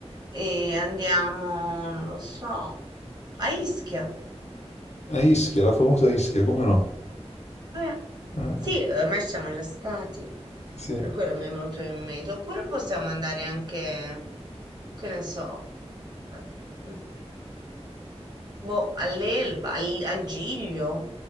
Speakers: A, on the right; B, on the left.
A: e andiamo, non lo so, a Ischia.
B: A Ischia, la famosa Ischia, come no?
A: Eh,
B: Ah,
A: sì, ormai ci siamo già stati,
B: sì.
A: per quello mi è venuto in mente. Oppure possiamo andare anche, che ne so, eh, mm, boh, all'Elba, al, al Giglio,